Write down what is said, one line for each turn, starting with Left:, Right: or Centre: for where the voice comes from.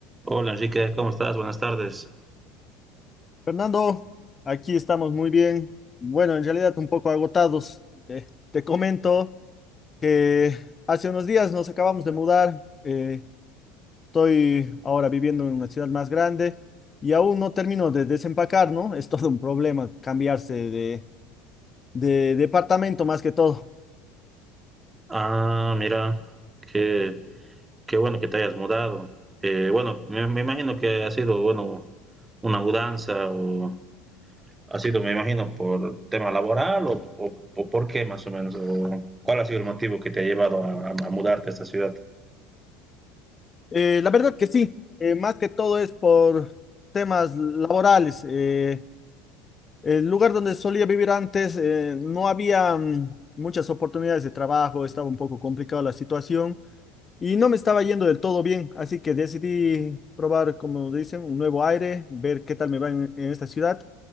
Right: Hola Enrique, ¿cómo estás? Buenas tardes.
Left: Fernando, aquí estamos muy bien. Bueno, en realidad un poco agotados. Eh, te comento que hace unos días nos acabamos de mudar. eh, estoy ahora viviendo en una ciudad más grande y aún no termino de desempacar, ¿no? Es todo un problema cambiarse de, de departamento más que todo.
Right: Ah, mira, qué, qué bueno que te hayas mudado. Eh, bueno, me, me imagino que ha sido, bueno, una mudanza o ha sido, me imagino, por tema laboral o, o- o por qué más o menos, o cuál ha sido el motivo que te ha llevado a, a mudarte a esta ciudad.
Left: Eh, la verdad que sí, eh, más que todo es por temas laborales. eh, El lugar donde solía vivir antes, eh, no había mm, muchas oportunidades de trabajo, estaba un poco complicada la situación y no me estaba yendo del todo bien, así que decidí probar, como dicen, un nuevo aire, ver qué tal me va en, en esta ciudad.